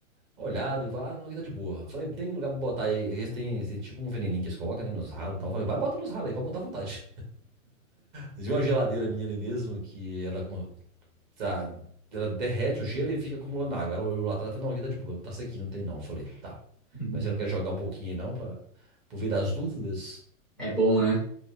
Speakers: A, on the right; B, in the centre.
A: Olhado, vai, ah, não, aqui tá de boa. Falei, tem lugar pra botar aí, esse tem, esse tem tipo um veneninho que eles colocam, né, nos ralos e tal. Falei, vai, bota nos ralos aí, pode botar à vontade. Vocês viram uma geladeira minha ali mesmo, que ela, tá, ela derrete o gelo e fica acumulando água. Ela olhou lá atrás e falou, não, aqui tá de boa, não tá sequinho, não tem não. Eu falei, tá.
B: hum.
A: Mas você não quer jogar um pouquinho aí não, pra, por via das dúvidas?
B: É bom, né?